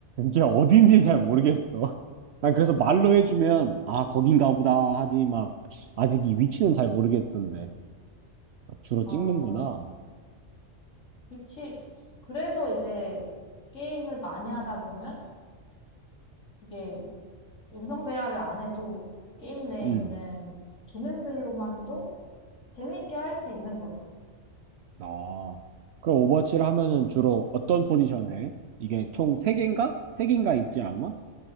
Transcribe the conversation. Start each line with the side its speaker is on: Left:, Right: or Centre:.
Right: 이게 어딘지 잘 모르겠어. <laughs> 난 그래서 말로 해주면, 아, 거긴가 보다 하지, 막, 아직 이 위치는 잘 모르겠던데. 주로
Left: 어,
Right: 찍는구나.
Left: 위치. 그래서 이제 게임을 많이 하다 보면 이게 음성 대화를 안 해도 게임 내에
Right: 음.
Left: 있는 기능들로만도 재밌게 할 수 있는 거지.
Right: 아. 그럼 오버워치를 하면은 주로 어떤 포지션 해? 이게 총 세개인가세개인가 있지, 아마?